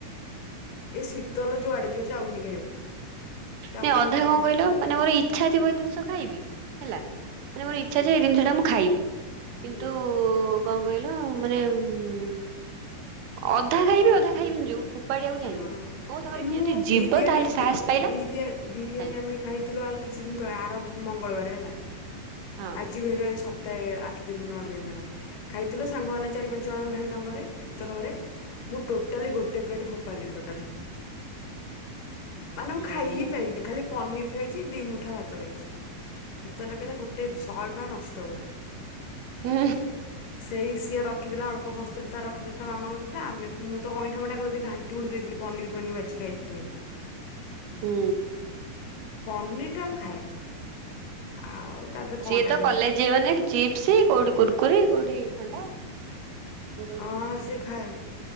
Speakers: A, on the left; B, on the right.
A: ଏ ଶୀତଲ ଯୁଆଡେ଼ ଯିବୁ ଚାଉମିନ ଖାଇବ। ଚାଉମିନ
B: ନାଇଁ ଅଧା
A: ହେରିକା
B: କଣ
A: ଖା
B: କହିଲ, ମାନେ ମୋର ଇଚ୍ଛା ଥିବ ଏ ଜିନିଷ ଖାଇବି ହେଲା। ମାନେ ମୋର ଇଚ୍ଛା
A: ହୁଁ
B: ଯେ ଏ ଜିନିଷଟା ମୁଁ ଖାଇବି।
A: ହୁଁ।
B: କିନ୍ତୁ କଣ କହିଲ ମାନେ ଉଁ ଅଧା ଖାଇବି ଅଧା ଖାଇବିିନି ଯୋଉ ଫୋପାଡିଆକୁ
A: ହଁ
B: ଚାହିଁବିନିି। ମୋ ସାଙ୍ଗରେ
A: କିନ୍ତୁ
B: କିଏ
A: ମୁଁ
B: ଯଦି ଯିବ
A: ବିରିୟାନୀ
B: ତାହେଲେ ସାହସ
A: ବି
B: ପାଇଲା
A: ବିରିୟା ବିରିୟାନୀ
B: ଖାଇବି
A: ଆମେ ଖାଇଥିଲୁ ଆଉ କିଛି ଦିନ ତଳେ ଆର ମଙ୍ଗଳବାରେ ହେଲା।
B: ହଁ।
A: ଆଜି ବି ହୋଇଗଲାଣି ସପ୍ତାହେ ଆଠ ଆଠ ଦିନି ନଅ ଦିନି ହେଲା। ଖାଇଥିଲୁ ସାଙ୍ଗମାନେ ଚାରି ପାଞ୍ଚ ଜଣ ଖାଇଲୁ ତାଙ୍କ ଘରେ ଶୀତଲ ଘରେ। ମୁଁ ଟୋ ଟାଲି ଗୋଟେ ପ୍ଲେଟ ଫୋପାଡିଲି ଟୋଟାଲେ। ମାନେ ମୁଁ
B: ବଢିଆ
A: ଖାଇ ହି ପାଇଲିନି ଖାଲି ପନିର ଖାଇଛି ଦି ମୁଠା ଭାତ ଖାଇଛି। ଶୀତଲରେ ଖାଇଲେ ଗୋଟେ ଶହେ ଟଙ୍କା ନଷ୍ଟ କଲୁ।
B: ଉଁ
A: ସେଇ ସିଏ ରଖିଥିଲା ଅଳ୍ପ ବସିଥିଲତାର ରଖିଥିଲେ ତା ମାମାଙ୍କୁ ଦେଇଥିଲା ଆମେ ସବୁ ମୁ ତ ଅଇଁଠା ଫଇଁଠା କରିଦେଇ ଘାଣ୍ଟି ଘୁଣ୍ଟି ଦେଇଥିଲି ପନିର ପନିର ବାଛି ଖଇ ଥିଲି ଖାଲି।
B: ହୁଁ।
A: ପନିରଟା ମୁ ଖାଏ। ଆଉ ତା ଦେହରେ କଣଟା
B: ସିଏ ତ
A: ଖାଇବ
B: କଲେଜ ଗନେ, ଚିପ୍ସ କୋଉଠି କୁୁରକୁରି କୋଉଠି ଥଣ୍ଡା। ଏଗୁରା ସବୁ
A: ହଁ
B: ଦେଖାଯିବ।
A: ସେ ଖାଏ